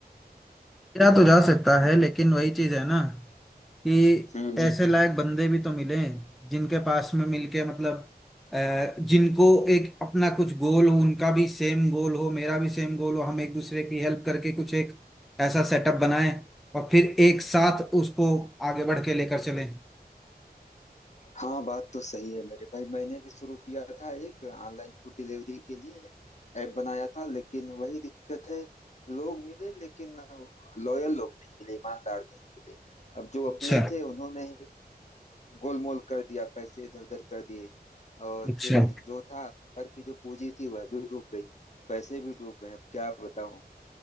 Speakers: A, in the centre; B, on the left.
A: या तो जा सकता है लेकिन वही चीज है ना कि
B: ना
A: ऐसे लायक बंदे भी तो मिले जिनके पास में मिलके मतलब अ, जिनको एक अपना कुछ गोल हो उनका भी सेम गोल हो मेरा भी सेम गोल हो हम एक दूसरे की हेल्प करके कुछ एक ऐसा सेटअप बनाएं और फिर एक साथ उसको आगे बढ़ के लेकर चलें
B: हाँ बात तो सही है मेरे भाई मैंने भी शुरू किया था एक ऑनलाइन फूड डिलीवरी के लिए ऐप बनाया था लेकिन वही दिक्कत है लोग मिले लेकिन लॉयल लोग नहीं मिले ईमानदार नहीं मिले अब जो
A: अच्छा
B: अपने थे उन्होंने ही गोलमोल कर दिया पैसे इधर उधर कर दिए और
A: अच्छा
B: फिर जो था घर की जो पूंजी थी वह भी डूब गई पैसे भी डूब गए अब क्या बताऊं